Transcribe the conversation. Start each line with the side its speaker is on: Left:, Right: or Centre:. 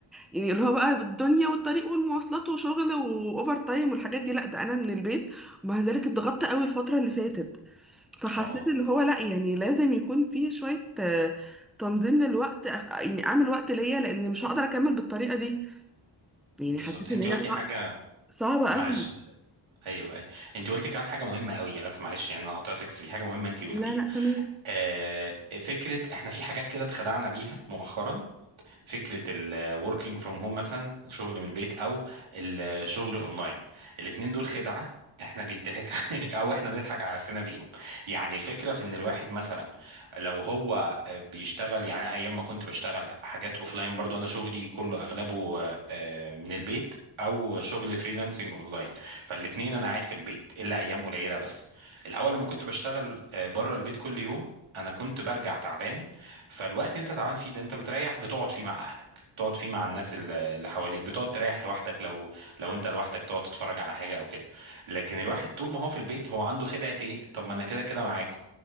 Centre: يعني اللي هو بقى بالدنيا والطريق والمواصلات وشغل واوفر تايم والحاجات دي لا ده انا من البيت ومع ذلك اتضغطت قوي الفتره اللي فاتت فحسيت
Right: اه
Centre: اللي هو لا يعني لازم يكون في شويه آه، تنظيم للوقت أخ- يعني اعمل وقت ليا لان مش هقدر اكمل بالطريقه دي يعني
Right: بالظبط
Centre: حسيت
Right: انت
Centre: ان
Right: قلتي
Centre: هي صعبة
Right: حاجه
Centre: صعبة
Right: معلش
Centre: قوي
Right: ايوه ايوه انت قلتي كان حاجه مهمه قوي يا لف معلش يعني انا قطعتك في حاجه مهمه انت
Centre: لا
Right: قلتيها
Centre: لا تمام
Right: آه فكره احنا في حاجات كده اتخدعنا بيها مؤخرا فكره الوركينج فروم هوم مثلا الشغل من البيت او الشغل اونلاين الاتنين دول خدعه احنا بيضحك <laughs> او احنا بنضحك على نفسنا بيهم يعني الفكره في ان الواحد مثلا لو هو بيشتغل يعني أنا ايام ما كنت بشتغل حاجات اوفلاين برضو انا شغلي كله اغلبه آه، من البيت او شغل فريلانسنج اونلاين فالاثنين انا قاعد في البيت الا ايام قليله بس الاول لما كنت بشتغل آه، بره البيت كل يوم انا كنت برجع تعبان فالوقت اللي انت تعبان فيه ده انت بتريح بتقعد فيه مع اهلك بتقعد فيه مع الناس الل- اللي حواليك بتقعد تريح لوحدك لو لو انت لوحدك تقعد تتفرج على حاجه او كده لكن الواحد طول ما هو في البيت هو عنده خدعه ايه طب ما انا كده كده معاكم